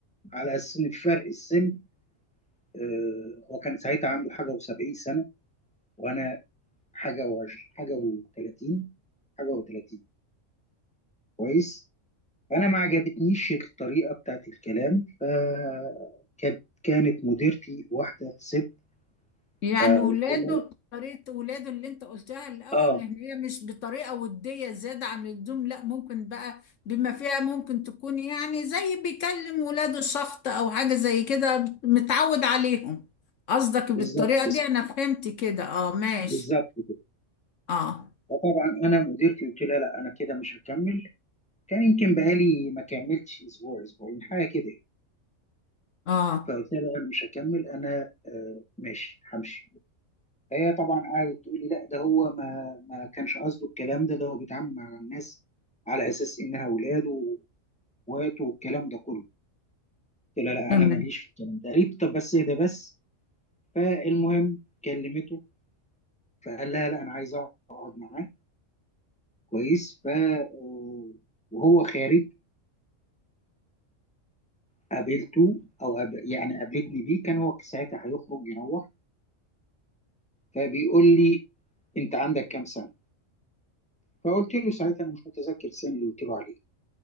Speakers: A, in the centre; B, on the left (about 70°).
A: على اساس ان فرق السن آه، هو كان ساعتها عنده حاجه و70 سنه وانا حاجه و حاجه و30 حاجه و30 كويس فانا ما عجبتنيش الطريقه بتاعت الكلام فكانت كانت مديرتي واحده ست
B: يعني
A: فقلت
B: ولاده
A: لها
B: طريقة ولاده اللي انت قلتها الأول
A: اه
B: ان هي مش بطريقة ودية زيادة عن اللزوم لا ممكن بقى بما فيها ممكن تكون يعني زي بيكلم ولاده شخط أو حاجة زي كده متعود عليهم قصدك بالطريقة
A: بالظبط كده
B: دي أنا فهمت كده اه ماشي
A: بالظبط كده
B: اه
A: فطبعا انا مديرتي قلت لها لا انا كده مش هكمل كان يمكن بقالي ما كملتش اسبوع اسبوعين حاجه كده يعني.
B: اه
A: فقلت لها لا انا مش هكمل انا آه ماشي همشي فهي طبعا قعدت تقول لي لا ده هو ما ما كانش قصده الكلام ده ده هو بيتعامل مع الناس على اساس انها اولاده واخواته والكلام ده كله قلت لها لا
B: تمام
A: انا ماليش في الكلام ده قالت طب بس ده بس فالمهم كلمته فقال لها لا انا عايز اقعد معاه كويس ف آه، وهو خارج قابلته او قاب- يعني قابلتني بيه كان هو ساعتها هيخرج يروح فبيقول لي انت عندك كام سنه فقلت له ساعتها انا مش متذكر السن اللي قلت له عليه